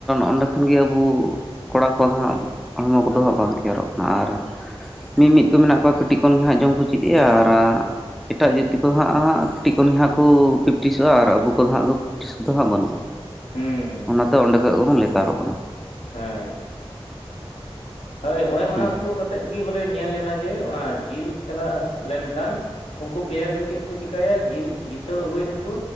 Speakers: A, in the centre; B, on the left.
A: ᱚᱸᱰᱮ ᱠᱷᱚᱱᱜᱮ ᱟᱵᱚ ᱠᱚᱲᱟ ᱠᱚ ᱫᱚ ᱦᱟᱸᱜ
B: ᱦᱩᱸ
A: ᱦᱚᱲᱢᱚ ᱠᱚᱫᱚ ᱦᱟᱸᱜ ᱵᱟᱝ ᱛᱮᱭᱟᱨᱚᱜ ᱠᱟᱱᱟ ᱟᱨ ᱢᱤᱼᱢᱤᱫ ᱠᱚ ᱢᱮᱱᱟᱜ ᱠᱚᱣᱟ ᱠᱟᱹᱴᱤᱡ ᱠᱷᱚᱱ ᱜᱮ ᱦᱟᱸᱜ ᱡᱚᱢ ᱠᱚ ᱪᱮᱫ ᱮᱼᱟ ᱟᱨ ᱮᱴᱟᱜ ᱡᱟᱹᱛᱤ ᱠᱚ ᱦᱟᱸᱜ ᱠᱟᱹᱴᱤᱡ ᱠᱷᱚᱱ ᱜᱮ ᱦᱟᱸᱜ ᱠᱚ ᱯᱮᱠᱴᱤᱥᱚᱜᱼᱟ ᱟᱨ ᱟᱵᱚ ᱠᱚᱫᱚ ᱦᱟᱜ ᱫᱚ ᱯᱨᱮᱠᱴᱤᱥ ᱠᱚᱫᱚ ᱦᱟᱸᱜ ᱵᱟᱹᱱᱩᱜᱼᱟ
B: ᱦᱩᱸ ᱦᱩᱸ
A: ᱚᱱᱟᱛᱮ ᱚᱸᱰᱮ ᱠᱷᱚᱡ ᱜᱮᱵᱚᱱ ᱞᱮᱛᱟᱲᱚᱜ ᱠᱟᱱᱟ
B: ᱦᱮᱸ ᱦᱳᱭ ᱜᱮ ᱚᱱᱟᱠᱚ
A: ᱦᱳᱭ
B: ᱠᱟᱛᱮᱫ ᱜᱮ ᱵᱚᱞᱮ ᱧᱮᱞ ᱞᱮᱱᱟ ᱡᱮ ᱚᱱᱟ ᱡᱤᱞ ᱠᱷᱮᱞᱟ ᱞᱮᱱᱠᱷᱟᱱ ᱩᱱᱠᱩ ᱯᱞᱮᱭᱟᱨ ᱠᱚ ᱪᱮᱫ ᱠᱚ ᱪᱤᱠᱟᱹᱭᱟ ᱡᱤᱞ ᱡᱤᱛᱟᱹᱣ ᱟᱹᱜᱩᱭᱱᱟᱠᱚ